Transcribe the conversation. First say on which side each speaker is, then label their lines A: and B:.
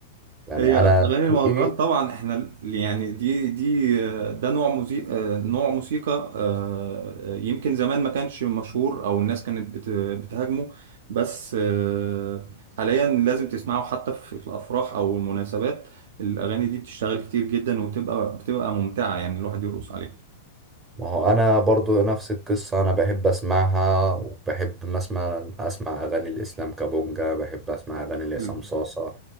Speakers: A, on the right (about 15°); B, on the right (about 70°).
A: يعني
B: هي
A: انا
B: اغاني المهرجانات
A: ذوقي
B: طبعا احنا ال- يعني دي دي آه، ده نوع موسيقى نوع موسيقى آه، آه، يمكن زمان ما كانش مشهور او الناس كانت بت- بتهاجمه بس آه، حاليا لازم تسمعه حتى في في الافراح او المناسبات الاغاني دي بتشتغل كتير جدا وتبقى بتبقى ممتعة يعني الواحد يرقص عليها
A: ما هو انا برضو نفس القصة انا بحب اسمعها وبحب مثلا اسمع اغاني الاسلام كابونجا بحب اسمع اغاني لعصام
B: حلو
A: صاصة